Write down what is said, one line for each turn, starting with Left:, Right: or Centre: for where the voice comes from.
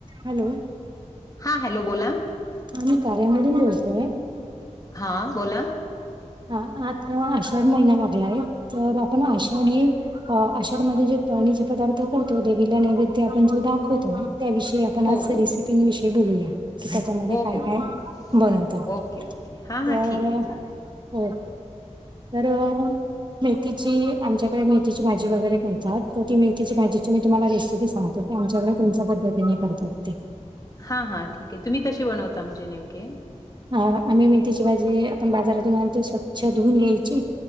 Right: हॅलो
Left: हा हॅलो बोला
Right: हा मी कार्यामून जाोलतेय
Left: हा बोला
Right: हा आता आषाढ महिना लागला आहे तर आपण आषाढी अ आषाढ मध्ये जे तरणीचे पदार्थ करतो देवीला नैवेद्य आपण जो दाखवतो त्याविषयी आपण
Left: हो
Right: आज
Left: हो
Right: रेसिपीविषयी बोलूया की त्याच्यामध्ये
Left: हो
Right: काय
Left: हो हो
Right: काय बनवतात
Left: ओके ओके हां
Right: तर
Left: हां ठीक आहे चालेल
Right: हो तरर मेथीची आमच्याकडे मेथीची भाजी वगैरे करतात तर ती मेथीची भाजीची मी तुम्हाला रेसिपी सांगतो आमच्याकडे कोुणच्या पद्धतीने करतात ते
Left: हा हा ठीक आहे तुम्ही कशी बनवता म्हणजे नेमके
Right: ह आम्ही मेथीची भाजी आपण बाजारातून आणतेो स्वच्छ धुऊून घ्यायची